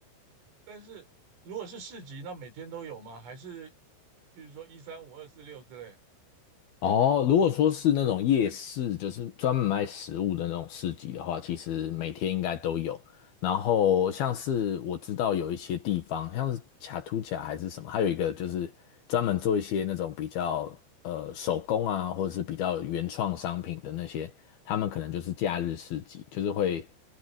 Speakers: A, on the right (about 85°); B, on the left (about 60°).
A: 但是如果是市集，那每天都有吗？还是比如说一三五二四六之类？
B: 哦，如果说是那种夜市，就是专门卖食物的那种市集的话，其实每天应该都有。然后像是我知道有一些地方，像是卡图卡还是什么，还有一个就是专门做一些那种比较呃手工啊，或者是比较原创商品的那些，他们可能就是假日市集，就是会